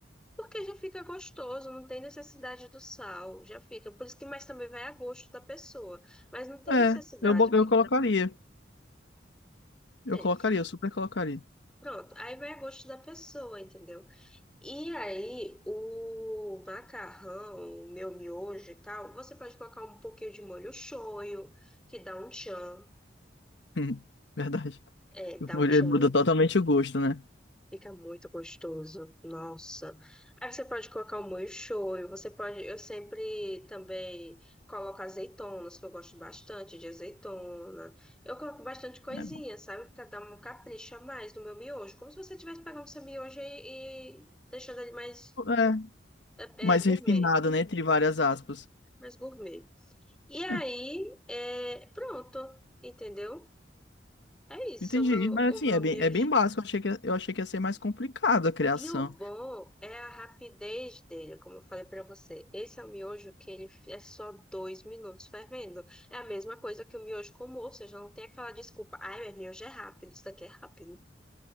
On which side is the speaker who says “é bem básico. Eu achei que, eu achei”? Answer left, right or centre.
Left